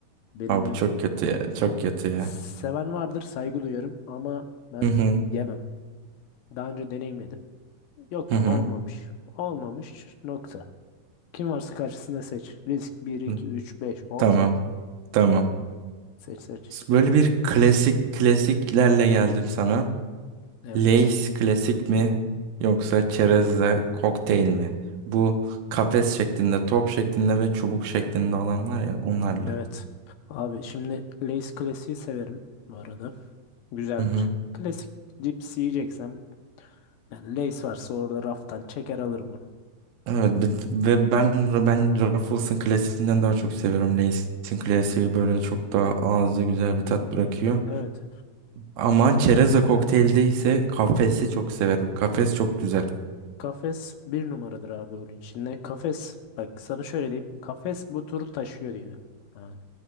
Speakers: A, on the left (about 80°); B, on the right (about 80°).
A: benim
B: abi
A: gözümde.
B: çok kötü ya. Çok kötü ya.
A: Seven vardır saygı duyarım ama ben
B: Hı hı.
A: yemem. Daha önce deneyimledim. Yok
B: Hı
A: yani
B: hı.
A: olmamış. Olmamış nokta. Kim varsa karşısında seç. Risk bir iki
B: Hı.
A: üç beş on
B: Tamam.
A: 18.
B: Tamam.
A: Seç seç.
B: Böyle bir klasik klasiklerle geldim sana.
A: Evet.
B: Lay's klasik mi yoksa çerezle kokteyl mi? Bu kafes şeklinde, top şeklinde ve çubuk şeklinde olan var ya onlarla.
A: Evet. Abi şimdi Lay's klasiği severim bu arada. Güzeldir.
B: Hı hı.
A: Klasik cips yiyeceksem yani Lay's varsa orada raftan çeker alırım onu.
B: Evet b- ve ben ben Ruffles'ın klasiğinden daha çok seviyorum. Lay's'in klasiği böyle çok daha ağızda güzel bir tat bırakıyor.
A: Evet.
B: Ama çerezle kokteylde ise kafesi çok severim. Kafes çok güzel.
A: Kafes bir numaradır abi onun içinde. Kafes bak sana şöyle diyeyim. Kafes bu turu taşıyor diyelim. Yani